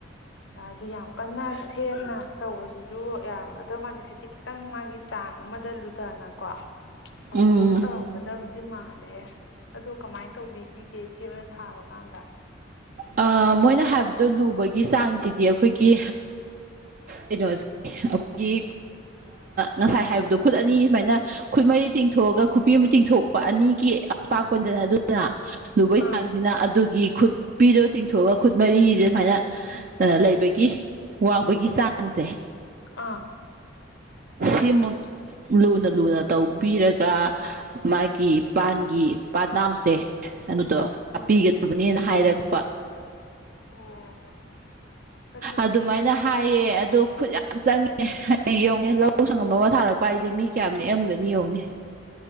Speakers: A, on the left; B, on the right.
A: ꯍꯥꯏꯗꯤ ꯌꯥꯝ ꯀꯟꯅ ꯊꯦꯅ ꯇꯧꯕꯁꯤꯁꯨ ꯌꯥꯔꯝꯃꯒꯗꯧ ꯃꯥꯥꯟꯗꯦ ꯍꯥꯏꯗꯤ ꯈꯤꯇꯪ ꯃꯥꯒꯤ ꯆꯥꯡ ꯑꯃꯗ ꯂꯨꯊꯅꯀꯣ
B: ꯎꯝ
A: ꯑꯗꯨꯃꯥꯏꯅ ꯇꯧꯔꯝꯒꯗꯕꯗꯤ ꯃꯥꯜꯂꯦ ꯑꯗꯣ ꯀꯃꯥꯏꯅ ꯇꯧꯕꯤꯈꯤꯒꯦ ꯏꯆꯦ ꯑꯣꯏꯅ ꯊꯥꯕ ꯀꯥꯟꯗ
B: ꯑꯥ ꯃꯣꯏꯅ ꯍꯥꯏꯕꯗꯣ ꯂꯨꯕꯒꯤ ꯆꯥꯡꯁꯤꯗꯤ ꯑꯩꯈꯣꯏꯒꯤ ꯀꯩꯅꯣꯁꯦ ꯑꯩꯈꯣꯏꯒꯤ ꯉꯁꯥꯏ ꯍꯥꯏꯕꯗꯣ ꯈꯨꯠ ꯑꯅꯤ ꯁꯨꯃꯥꯏꯅ ꯈꯨꯠ ꯃꯔꯤ ꯇꯤꯡꯊꯣꯛꯑꯒ ꯅꯨꯄꯤ ꯑꯃ ꯇꯤꯡꯊꯣꯛꯄ ꯑꯅꯤꯒꯤ ꯑꯄꯥꯛꯄꯗꯅ ꯑꯗꯨꯅ ꯂꯨꯕꯩ
A: ꯑꯥ
B: ꯆꯥꯡꯁꯤꯅ ꯑꯗꯨꯒꯤ ꯈꯨꯠ ꯄꯤꯗꯣ ꯇꯤꯡꯊꯣꯛꯑꯒ ꯈꯨꯠ ꯃꯔꯤꯁꯦ ꯁꯨꯃꯥꯏꯅ ꯂꯩꯕꯒꯤ ꯋꯥꯡꯕꯒꯤ ꯆꯥꯡꯁꯦ
A: ꯑꯥ
B: ꯁꯤꯃꯨꯛ ꯂꯨꯅ ꯂꯨꯅ ꯇꯧꯕꯤꯔꯒ ꯃꯥꯒꯤ ꯄꯥꯟꯒꯤ ꯄꯅꯥꯎꯁꯦ ꯑꯗꯨꯗꯣ
A: ꯎꯝ
B: ꯍꯥꯞꯄꯤꯒꯗꯕꯅꯦꯅ ꯍꯥꯏꯔꯛꯄ
A: ꯑꯣ ꯑꯗꯨꯗꯤ
B: ꯑꯗꯨꯃꯥꯏꯅ ꯍꯥꯏꯌꯦ ꯑꯗꯣ
A: ꯎꯝ
B: ꯈꯨꯠ ꯌꯥꯝ ꯆꯪꯉꯦ ꯍꯌꯦꯡ ꯌꯦꯡꯉꯦ ꯂꯧ ꯁꯪꯉꯝ ꯑꯃ ꯊꯥꯔꯛꯄ ꯍꯥꯏꯁꯦ ꯃꯤ ꯀꯌꯥꯝ ꯅꯦꯛꯑꯝꯒꯅꯤ ꯌꯦꯡꯎꯅꯦ